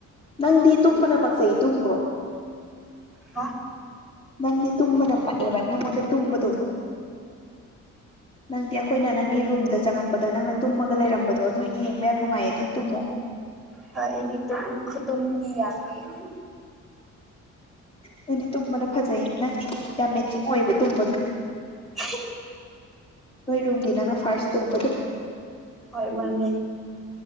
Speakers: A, on the left; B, in the centre.
A: ꯅꯪꯗꯤ ꯇꯨꯝꯕꯅ ꯄꯛꯆꯩ ꯇꯨꯝꯒ꯭ꯔꯣ
B: ꯍꯥ
A: ꯅꯪꯗꯤ ꯇꯨꯝꯕꯅ ꯄꯛꯑꯦꯕ ꯅꯉꯣꯟꯗ ꯇꯨꯝꯕꯗꯣ ꯅꯪꯗꯤ ꯑꯈꯣꯏꯅ ꯅꯪꯒꯤ ꯔꯨꯝꯗ ꯆꯪꯉꯛꯄꯗ ꯅꯪꯅ ꯇꯨꯝꯃꯒ ꯂꯩꯔꯝꯕꯗꯣ ꯑꯗꯨ ꯌꯦꯡꯕ ꯌꯥꯝ ꯅꯨꯡꯉꯥꯏꯌꯦ ꯑꯗꯨ ꯇꯨꯝꯃꯣ
B: ꯍꯣ ꯑꯩꯗꯤ ꯇꯨꯝ ꯈꯨꯇꯨꯝꯗꯤ ꯌꯥꯕꯅꯤ ꯑꯩꯗꯤ
A: ꯅꯪꯗꯤ ꯇꯨꯝꯕꯅ ꯐꯖꯩꯌꯦꯕ ꯅꯪꯗꯤ ꯌꯥꯝ ꯃꯦꯆꯤꯡ ꯑꯣꯏꯌꯦꯕ ꯇꯨꯝꯕꯗꯣ
B: <unintelligible>
A: ꯅꯣꯏ ꯔꯨꯝꯒꯤ ꯅꯪꯅ ꯐꯥꯔꯁ ꯇꯨꯝꯄꯇꯣ
B: ꯍꯣꯏ ꯃꯥꯅꯦ